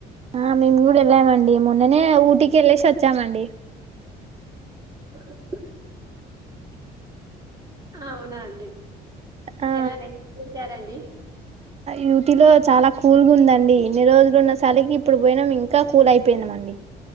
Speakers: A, on the right; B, on the right.
A: ఆ మేము కూడా వెళ్ళామండి మొన్ననే ఊటికి వెళ్ళసి వచ్చామండి
B: <inaudible> అవునా అండి
A: ఆ
B: ఎలా రండి
A: యూటీలో చాలా కూల్గా ఉందండి ఇన్ని రోజులు ఉన్న సలికి ఇప్పుడు పోయినాం ఇంకా కూల్ అయిపోయిందంమండి